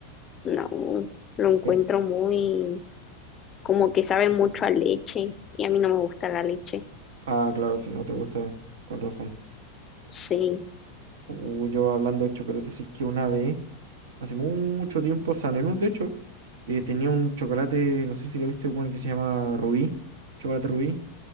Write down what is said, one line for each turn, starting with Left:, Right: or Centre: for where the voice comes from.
Left: No, lo encuentro
Right: pero-
Left: muy, como que sabe mucho a leche y a mí no me gusta la leche.
Right: Ah, claro, si no te gusta, con razón.
Left: Sí,
Right: Uh, yo hablando de chocolate, sí que una vez, hace mucho tiempo, San Enús, de hecho, eh, tenía un chocolate, no sé si lo viste, weón, que se llama Rubí. Chocolate Rubí.